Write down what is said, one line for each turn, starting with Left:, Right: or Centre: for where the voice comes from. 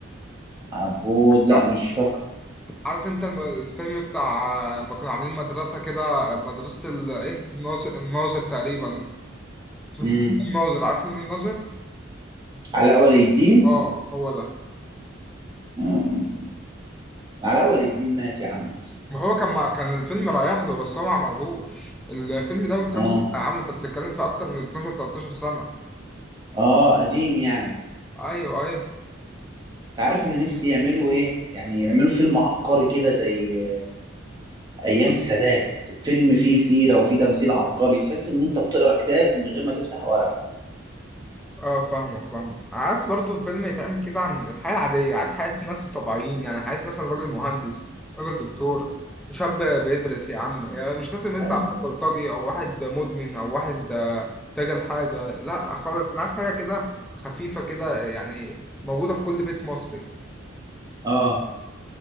Right: عبود لا
Centre: عب...
Right: مش فاكر
Centre: عارف انت الم- الفيلم بتاع لما كانوا عاملين مدرسة كده مدرسة ال... ايه الناظر الناظر تقريبا في
Right: امم
Centre: فيلم الناظر عارف فيلم الناظر
Right: علاء ولي الدين
Centre: اه هو ده
Right: مم. علاء ولي الدين مات يا عم
Centre: ما هو كان مع... كان الفيلم رايح له بس هو ما عملهوش الفيلم ده من كام
Right: اه
Centre: سنة يا عم انت بتتكلم في اكتر من 12 13 سنة
Right: اه قديم يعني انت
Centre: ايوه ايوه
Right: عارف
Centre: يعني
Right: ان نفسي يعملوا ايه يعني يعملوا فيلم عبقري كده زي ايام السادات فيلم فيه سيره وفيه تمثيل عبقري تحس ان انت بتقرا كتاب من غير ما تفتح ورقه
Centre: اه فاهمك فاهمك عايز برضو فيلم يتعمل كده عن الحياة العادية عايز حياة ناس طبيعيين يعني حياة مثلا راجل مهندس راجل دكتور شاب بيدرس يا عم يعني مش لازم يطلع
Right: أيوة.
Centre: واحد بلطجي او واحد مدمن او واحد آه، تاجر حاجة لا خالص انا عايز حاجة كده خفيفة كده يعني موجودة في كل بيت مصري
Right: اه